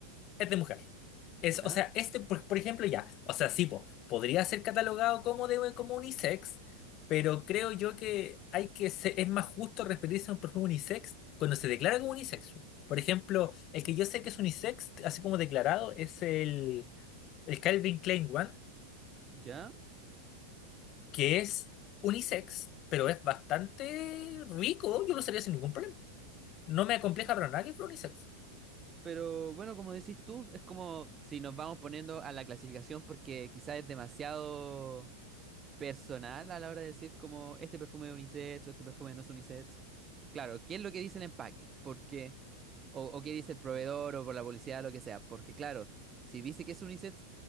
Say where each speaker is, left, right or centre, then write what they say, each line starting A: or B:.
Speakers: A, on the left; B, on the right.
A: Es de mujer. Es,
B: ¿Ya?
A: o sea, este, por, por ejemplo, ya, o sea, sí, po, podría ser catalogado como de como unisex, pero creo yo que hay que se- es más justo referirse a un perfume unisex cuando se declara como unisex. Por ejemplo, el que yo sé que es unisex, así como declarado, es el, el Calvin Klein One,
B: ¿Ya?
A: que es unisex, pero es bastante rico, yo lo usaría sin ningún problema. No me acompleja para nada que fuera unisex.
B: Pero bueno, como decís tú, es como si nos vamos poniendo a la clasificación porque quizás es demasiado personal a la hora de decir como este perfume es unisex o este perfume no es unisex. Claro, ¿qué es lo que dice el empaque? Porque... O, o qué dice el proveedor o por la publicidad, lo que sea. Porque claro, si dice que es unisex,